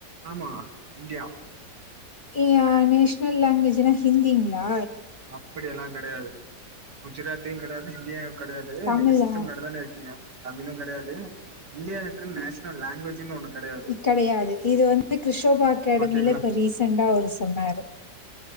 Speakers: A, on the right; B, on the left.
A: ஆமா இன்டியா
B: ஏயா நேஷ்னல் லேங்வேஜ்னா ஹிந்திங்ளா
A: அப்புடி எல்லா கெடையாது குஜராத்தியு கிடையாது ஹிந்தியு கிடையாது
B: தமிழா?
A: நீங்க சிஸ்டம் முன்னாடி தான இருக்கீங்க தமிழு கெடையாது இந்தியாவுக்கு நேஷனல் லேங்வேஜுன் ஒண்ணு கெடையாது
B: க் கெடையாது இது வந்து க்ருஷோபா அகேடமில
A: ஓகேங்களா
B: இப்ப ரீசெண்டா அவரு சொன்னாரு